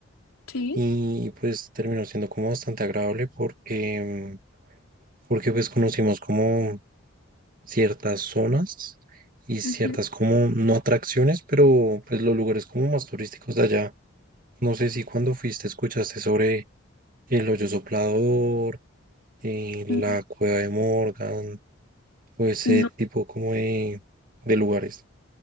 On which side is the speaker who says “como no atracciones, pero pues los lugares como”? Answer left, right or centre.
Right